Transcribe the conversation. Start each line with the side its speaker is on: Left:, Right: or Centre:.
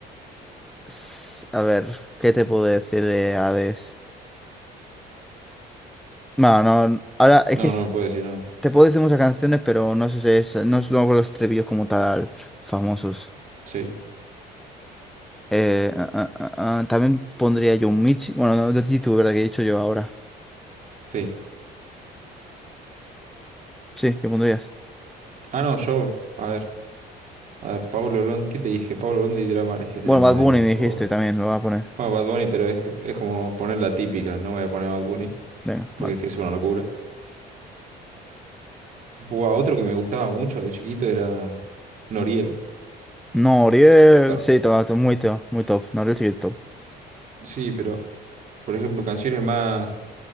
Centre: s- a ver, ¿qué te puedo decir de Hades? Bueno, no, n- ahora es
Right: No,
Centre: que s-
Right: no me puedo decir nada.
Centre: te puedo decir muchas canciones, pero no sé si es, no es luego los estribillos como tal famosos.
Right: Sí,
Centre: Eh, ah, ah, ah, ah, también pondría yo un Michi. Bueno, no, de YouTube, ¿verdad? Que he dicho yo ahora.
Right: sí.
Centre: Sí, ¿qué pondrías?
Right: Ah, no, yo, a ver, a ver, Paulo Londra, ¿qué te dije? Paulo Londra y Dramar, es que es
Centre: Bueno,
Right: Dramar
Centre: Bad Bunny me dijiste
Right: Bueno,
Centre: también, lo voy a poner.
Right: Bad Bunny, pero es, es como poner la típica, no voy a poner Bad Bunny,
Centre: Venga,
Right: porque
Centre: vale.
Right: es que es una locura. Buah, otro que me gustaba mucho de chiquito era Noriel.
Centre: Noriel,
Right: Claro.
Centre: sí, to- to- muy top, muy top. Noriel sí que es top.
Right: Sí, pero, por ejemplo, canciones más